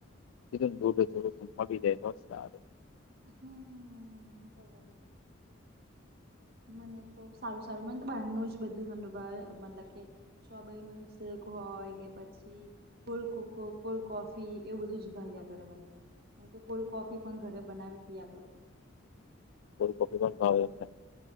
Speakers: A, on the left; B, on the right.
A: કીધુંને દૂઢ થોડું મળી જાય તો સારું.
B: હમ હમ બરાબર.
A: <inaudible>
B: મને તો સારું સારું મને તો બારનું જ બધું ભાવે મતલબ કે સ્ટોબેરી મિલસેક હોય કે પછી કોલ્ડ કોકો કોલ્ડ કોફી એ બધું જ ભાઈયા કરે મનતો હું તો કોલ્ડ કોફી પણ ઘરે બ કિયા કરું.
A: કોલ્ડ કોફી ભાવે એમને.